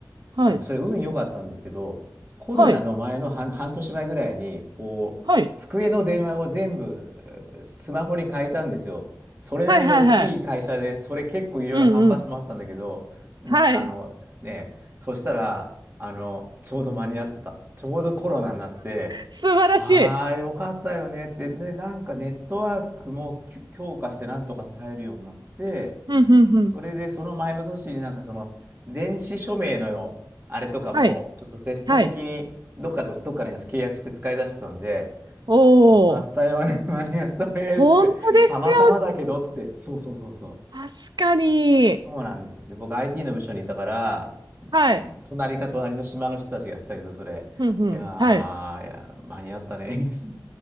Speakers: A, on the right (about 75°); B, on the right (about 30°).
A: はい。
B: なんかそれ運良かったんですけど、コロナの前の半、
A: はい。
B: 半年前ぐらいに、こう、
A: はい。
B: 机の電話を全部えースマホに変えたんですよ。それなりの大きい会社で、
A: はいはいはい。
B: それ結構いろいろ反発もあったんだけど、
A: うんうん。
B: な、
A: はい。
B: あのね、そしたら、あの、ちょうど間に合ってた。ちょうどコロナになって、
A: 素晴らしい。
B: ああ、よかったよねって、ね、なんかネットワークもき強化してなんとか耐えるようになって、
A: うんうんうん。
B: それでその前の年になんかその電子署名のあれとかもちょっとテスト的にどっかと、
A: はい。はい。
B: どっかのやつ契約して使い出してたんで、
A: おー。
B: よかったよね、<laughs> 間に合ったね、
A: 本当ですよね。
B: つって、たまたまだけど、つって、そうそうそうそう。
A: 確かに。
B: そうなんですよ。で、僕 IT の部署にいたから、
A: はい。
B: 隣か隣の島の人たちがやってたけど、それ、
A: うんうん。
B: いやー、
A: はい。
B: いや、間に合ったね、<laughs> つっ